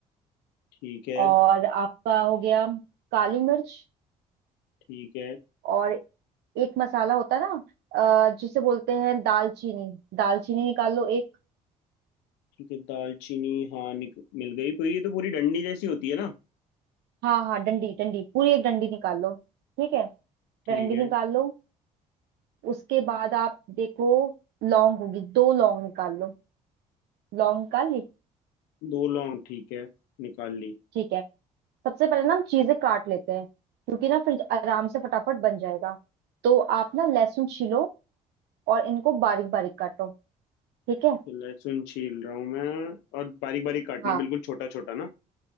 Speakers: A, on the left; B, on the right.
A: ठीक है
B: और आपका हो गया काली मिर्च
A: ठीक है
B: और एक मसाला होता है ना अ, जिसे बोलते हैं दालचीनी दालचीनी निकाल लो एक
A: ठीक है दालचीनी हाँ निक, मिल गई तो ये तो पूरी डंडी जैसी होती है ना
B: हाँ हाँ डंडी डंडी पूरी एक डंडी निकाल लो ठीक है
A: ठीक
B: डंडी
A: है
B: निकाल लो उसके बाद आप देखो लौंग होगी दो लौंग निकाल लो लौंग निकाल ली
A: दो लौंग ठीक है निकाल ली
B: ठीक है सबसे पहले ना हम चीजें काट लेते हैं क्योंकि ना फिर आराम से फटाफट बन जाएगा तो आप ना लहसुन छीलो और इनको बारीक बारीक काटो ठीक है
A: लहसुन छील रहा हूँ मैं और बारीक बारीक काटना
B: हाँ
A: बिल्कुल छोटा छोटा ना